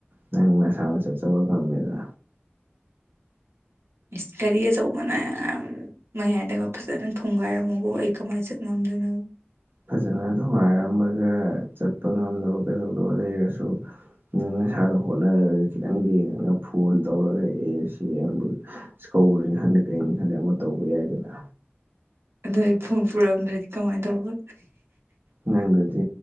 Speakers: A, on the right (about 55°); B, on the right (about 80°).
A: ꯅꯪ ꯅꯁꯥꯅ ꯆꯠꯆꯕ ꯉꯝꯃꯦꯅ
B: ꯏꯁ ꯒꯔꯤ ꯑꯁꯧꯕꯅ ꯎꯝ ꯃꯌꯥꯏꯗꯒ ꯐꯖꯅ ꯊꯨꯝꯒꯥꯏꯔꯝꯃꯒꯣ ꯑꯩ ꯀꯃꯥꯏꯅ ꯆꯠ ꯉꯝꯗꯣꯏꯅꯣ꯫
A: ꯐꯖꯅ ꯊꯣꯒꯥꯏꯔꯝꯃꯒ ꯆꯠꯄ ꯉꯝꯗꯕ ꯀꯩꯗꯧꯗꯕ ꯂꯩꯔꯁꯨ ꯅꯪ ꯅꯁꯥꯗ ꯍꯣꯠꯅꯔꯒ ꯈꯤꯇꯪ ꯌꯦꯡꯉꯒ ꯐꯣꯟ ꯇꯧꯔꯒ ꯑꯦ ꯁꯤꯕꯨ ꯁꯧꯕꯅꯤ ꯈꯪꯗꯦ ꯀꯩꯅꯅꯤ ꯈꯪꯗꯦ ꯑꯃ ꯇꯧꯕ ꯌꯥꯏꯗꯅ꯫
B: ꯑꯗꯩ ꯐꯨꯝ ꯄꯨꯔꯛꯑꯝꯗꯗꯤ ꯀꯃꯥꯏꯅ ꯇꯧꯕ꯫
A: ꯅꯪꯗꯗꯤ